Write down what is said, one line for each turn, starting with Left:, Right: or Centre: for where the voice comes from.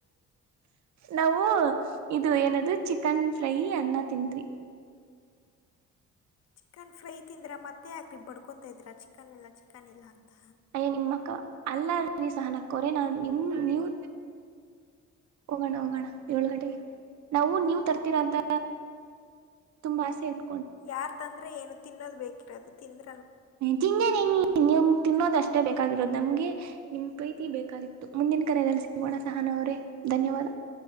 Right: ನಾವು ಇದು ಏನದು ಚಿಕನ್ ಫ್ರೈ ಅನ್ನ ತಿಂದ್ವಿ
Left: ಚಿಕನ್ ಫ್ರೈ ತಿಂದ್ರಾ ಮತ್ತೆ ಯಾಕ್ ರೀ ಬಡ್ಕೊತ ಇದ್ದೀರಾ ಚಿಕನ್ ಇಲ್ಲ ಚಿಕನ್ ಇಲ್ಲ ಅಂತ.
Right: ಅಯ್ಯ ಅಲ್ಲ ರೀ ಸಹನ ಅಕ್ಕ ಅವರೇ ನನ್ ನಿಮ್ ನೀವ್ ಹೋಗೋಣ ಹೋಗೋಣ ಏಳು ಗಂಟೆಗೆ ನಾವು ನೀವ್ ತರ್ತೀರಾ ಅಂತ ತುಂಬಾ ಆಸೆ ಇಟ್
Left: ಯಾರ್ ತಂದ್ರೆ ಏನು ತಿನ್ನೋದ್ ಬೇಕಿರೋದು ತಿಂದ್
Right: ತಿಂದೇನೆ ನಿಮ್ ತಿನ್ನೋದ ಅಷ್ಟೇ ಬೇಕಾಗಿರೋದು ನಮ್ಗೆ ನಿಮ್ ಪ್ರೀತಿ ಬೇಕಾಗಿರ್ ತ್ತು ಮುಂದಿನ ಕರೆದಲ್ಲಿ ಸಿಗೋಣ ಸಹನ ಅವರೇ ಧನ್ಯವಾದ.